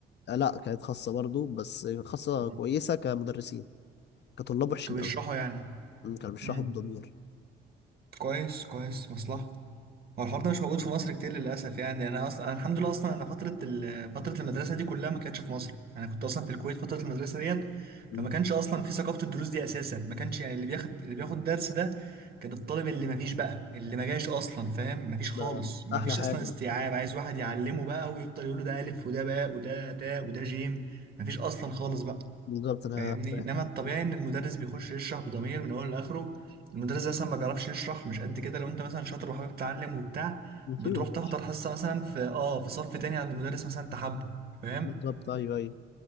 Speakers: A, on the left; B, on the right.
A: آه لا كانت خاصه برضو بس خاصه
B: مم.
A: كويسه كمدرسين كطلاب وحشين
B: كانوا
A: قوي
B: بيشرحوا يعني
A: مم، كانوا بيشرحوا
B: امم
A: بضمير
B: كويس كويس مصلحه هو الحوار ده مش موجود في مصر كتير للاسف يعني انا اصلا أنا الحمد لله اصلا انا فتره ال... فتره المدرسه دي كلها ما كانتش في مصر انا كنت اصلا في الكويت فتره المدرسه ديت
A: مم.
B: فما كانش اصلا في ثقافه الدروس دي اساسا ما كانش يعني اللي بياخد اللي بياخد درس ده كان الطالب اللي ما فيش بقى اللي ما جاش اصلا فاهم ما فيش خالص
A: ده
B: ما
A: احلى
B: فيش
A: حاجه
B: اصلا استيعاب عايز واحد يعلمه بقى ويفضل يقول له ده الف وده باء وده تاء وده جيم ما فيش اصلا خالص بقى
A: بالظبط انا
B: فاهمني
A: فاهم.
B: انما الطبيعي ان المدرس بيخش يشرح بضمير من اوله لاخره المدرس ده اصلا ما بيعرفش يشرح مش قد كده لو انت مثلا شاطر وحابب تتعلم وبتاع
A: يوتيوب
B: بتروح
A: يا
B: تحضر
A: باشا
B: حصه مثلا في اه في صف تاني عند مدرس مثلا تحبه فاهم
A: بالظبط ايوه ايوه